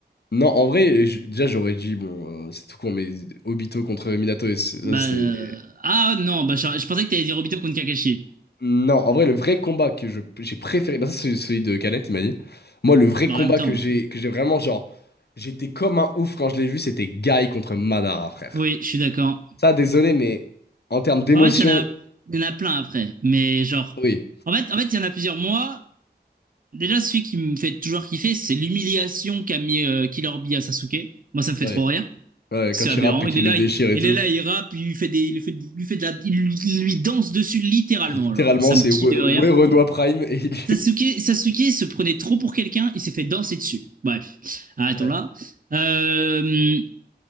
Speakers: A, on the left; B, on the right.
A: non, en vrai, j- déjà, j'aurais dit, bon, euh, c'est tout con, mais Obito contre Minato, et c- ça,
B: bah.
A: c'est.
B: euh, ah non, bah, je, je pensais que t'allais dire Obito contre Kakashi.
A: Non, en vrai, le vrai combat que je, j'ai préféré, bah ça c'est celui de Canet, il m'a dit. Moi, le vrai
B: Mais
A: combat
B: en même temps,
A: que j'ai que j'ai vraiment, genre, j'étais comme un ouf quand je l'ai vu, c'était Guy contre Madara, frère.
B: oui, je suis d'accord.
A: Ça, désolé, mais en termes d'émotion,
B: En fait, il y en a, il y en a plein après. Mais genre,
A: oui,
B: en fait, en fait, il y en a plusieurs mois. Déjà, celui qui me fait toujours kiffer, c'est l'humiliation qu'a mis euh, Killer Bee à Sasuke. Moi, ça me fait
A: ouais,
B: trop rire.
A: ouais,
B: C'est
A: quand
B: aberrant.
A: il rappe et qu'il
B: Il est là,
A: le déchire
B: il,
A: et
B: il
A: tout,
B: est là, il rappe, il lui fait des, il lui fait, il lui fait de la, il lui il lui danse dessus littéralement.
A: littéralement,
B: Genre, ça
A: c'est
B: me tue
A: ouais,
B: de
A: ouais,
B: rire.
A: Renoir Prime et il.
B: Sasuke, Sasuke se prenait trop pour quelqu'un, il s'est fait danser dessus. Bref, arrêtons
A: <laughs> Ouais.
B: là. Euh,